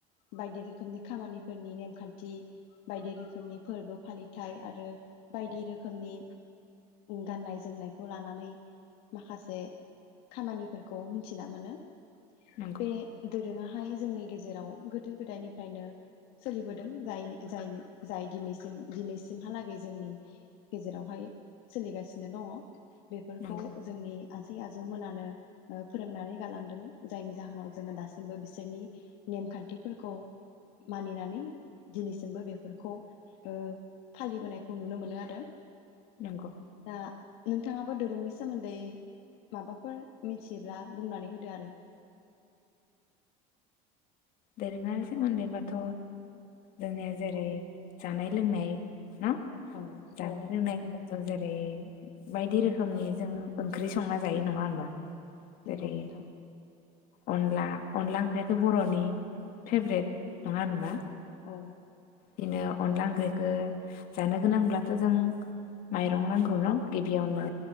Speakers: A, on the left; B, on the left.
A: बायदि रोखोमनि खामानिफोरनि नेमखान्थि बायदि रोखोमनि फोरबो फालिथाय आरो बायदि रोखोमनि गाननाय जोमनायखौ लानानै माखासे खामानिफोरखौ मिथिना मोनो।
B: नंगौ
A: बे धोरोंआ हाय जोंनि गेजेराव गोदो गोदायनिफ्रायनो सोलिबोदों जाय जाय जाय दिनैसिम दिनैसिमहालागै जोंनि गेजेरावहाय सोलिगासिनो दङ। <unintelligible> बेफोरखौ
B: नंगौ
A: जोंनि आजै आज जौ मोनानो ओ फोरोंनानै गालांदों जायनि जाहोनाव जोङो दासिमबो बिसोरनि नेमखान्थिफोरखौ मानिनानै दिनैसिमबो बेफोरखौ ओ फालिबोनायखौ नुनो मोनो आरो
B: नंगौ
A: दा नोंथाङाबो दोरोंनि सोमोन्दै माबाफोर मिथियोब्ला बुंनानै होदो आरो
B: दोरोङारि सोमोन्दै बाथ जोंनि जेरै जानाय लोंनाय होम
A: औ
B: जानाय
A: औ
B: लोंनाय होनबाथ जेरै बायदि रोखोमनि जों ओंख्रि संना जायो नङा होनबा जेरै
A: नंगौ नोंथां
B: अनला अनला ओंख्रियाथ बरनि फेब्रेट नङा होनबा
A: औ औ
B: बिदिनो अनला ओंख्रिखो जानो गोनांब्लाथ जों माइरं नांगौ न गिबियावनो